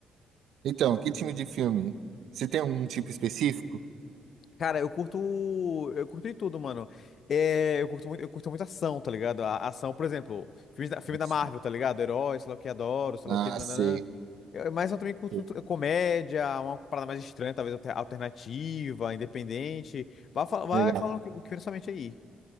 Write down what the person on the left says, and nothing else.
Cara, eu curto. Eu curto de tudo, mano. É, eu curto muito, eu curto muito ação, tá ligado? A, a ação, por exemplo, filmes da, filme
da Marvel, tá ligado? Herói, sei lá o que, adoro, sei
lá o que, nananã.
Eu- mas eu também curto
t- comédia, uma parada mais estranha, talvez alter- alternativa, independente. Vai, fal- vai
falando o que, o que vem na sua mente aí.